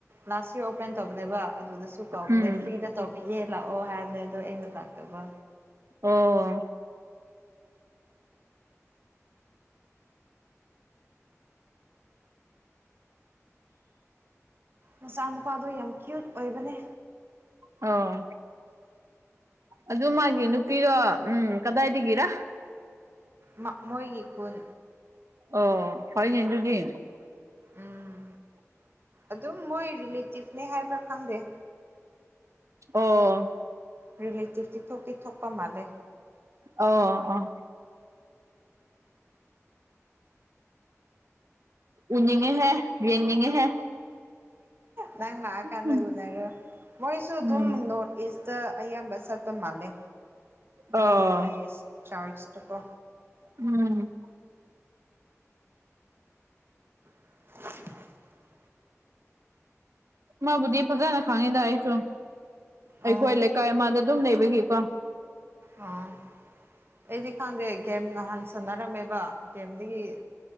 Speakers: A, on the right; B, on the right.
A: ꯂꯥꯁ ꯌꯔ ꯑꯣꯄꯦꯟ ꯇꯧꯕꯅꯦꯕ ꯑꯗꯨꯗꯁꯨ ꯀꯥꯎꯅꯦ
B: ꯎꯝ
A: ꯐ꯭ꯔꯤꯗ ꯇꯧꯕꯤꯑ ꯂꯥꯛꯑꯣ ꯍꯥꯏꯕꯅꯦ ꯑꯗꯣ ꯑꯩꯅ ꯂꯥꯛꯇꯕ
B: ꯑꯣ
A: ꯃꯆꯥꯅꯨꯄꯥꯗꯣ ꯌꯥꯝ ꯀ꯭ꯌꯨꯠ ꯑꯣꯏꯕꯅꯦ
B: ꯑꯣ ꯑꯗꯨ ꯃꯥꯒꯤ ꯅꯨꯄꯤꯗꯣ ꯎꯝ ꯀꯗꯥꯏꯗꯒꯤꯔ
A: ꯃ ꯃꯣꯏꯒꯤ ꯈꯨꯟ
B: ꯑꯣ ꯐꯥꯏꯅꯦ ꯑꯗꯨꯗꯤ <unintelligible>
A: ꯎꯝ ꯑꯗꯨꯝ ꯃꯣꯏ ꯔꯤꯂꯦꯇꯤꯞꯅꯦ ꯍꯥꯏꯕ꯭ꯔꯥ ꯈꯪꯗꯦ
B: ꯑꯣ
A: ꯔꯦꯂꯦꯇꯤꯚꯗꯤ ꯊꯣꯛꯇꯤ ꯊꯣꯛꯄ ꯃꯥꯜꯂꯦ
B: ꯑꯣ ꯑꯣ ꯎꯅꯤꯡꯉꯤꯍꯦ ꯌꯦꯡꯅꯤꯡꯉꯤꯍꯦ
A: ꯅꯪ ꯂꯥꯛꯑꯀꯥꯟꯗ
B: ꯎꯝ
A: ꯎꯅꯔꯣ ꯃꯣꯏꯁꯨ ꯑꯗꯨꯝ
B: ꯎꯝ
A: ꯅꯣꯔꯊ ꯏꯁ ꯗ ꯑꯌꯥꯝꯕ ꯆꯠꯄ ꯃꯥꯜꯂꯦ
B: ꯑꯣ
A: ꯅꯣꯔꯠ ꯏꯁ ꯆꯔꯆꯇꯀꯣ
B: ꯎꯝ
A: <unintelligible>
B: ꯃꯥꯕꯨꯗꯤ ꯐꯖꯅ ꯈꯪꯉꯤꯗ ꯑꯩꯁꯨ ꯑꯩꯈꯣꯏ
A: ꯑꯣ
B: ꯂꯩꯀꯥꯏ ꯑꯃꯗ ꯑꯗꯨꯝ ꯂꯩꯕꯒꯤꯀꯣ
A: ꯑꯥ ꯑꯩꯗꯤ ꯈꯪꯗꯦ ꯒꯦꯝ ꯉꯍꯥꯟ ꯁꯥꯟꯟꯅꯔꯝꯃꯦꯕ ꯒꯦꯝꯗꯒꯤ